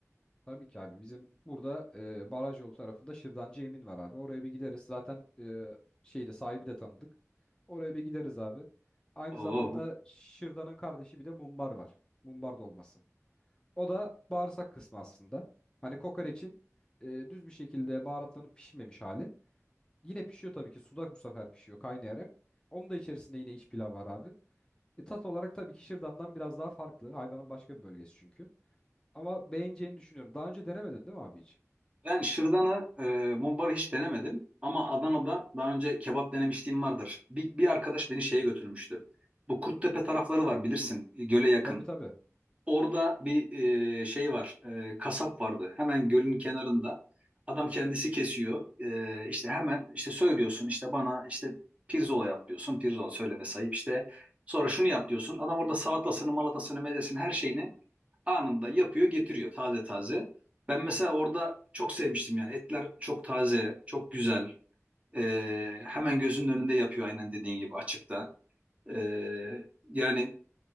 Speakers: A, on the left; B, on the right.
A: Tabii ki abi bizim burada e, baraj yolu tarafında Şırdancı Emin var abi. Oraya bir gideriz. Zaten e, şeyde sahibi de tanıdık. Oraya bir gideriz abi. Aynı
B: Oo,
A: zamanda Şırdan'ın kardeşi bir de mumbar var. Mumbar dolması. O da bağırsak kısmı aslında. Hani kokoreçin e, düz bir şekilde baharatlanıp pişmemiş hali. Yine pişiyor tabii ki. Suda bu sefer pişiyor kaynayarak. Onun da içerisinde yine iç pilav var abi. E, tat olarak tabii ki Şırdan'dan biraz daha farklı. Hayvanın başka bir bölgesi çünkü. Ama beğeneceğini düşünüyorum. Daha önce denemedin değil mi abi hiç?
B: Ben şırdanı, e, mumbarı hiç denemedim. Ama Adana'da daha önce kebap denemişliğim vardır. Bir, bir arkadaş beni şeye götürmüştü. Bu Kurttepe tarafları var bilirsin, göle yakın.
A: Tabii tabii.
B: Orada bir e, şey var, e, kasap vardı. Hemen gölün kenarında. Adam kendisi kesiyor. E, işte hemen işte söylüyorsun işte bana işte pirzola yap diyorsun. Pirzola söyleme sahip işte. Sonra şunu yap diyorsun. Adam orada salatasını, malatasını, mezesini, her şeyini anında yapıyor getiriyor taze taze. Ben mesela orada çok sevmiştim yani etler çok taze çok güzel Ee, hemen gözünün önünde yapıyor aynen dediğin gibi açıkta. Ee, yani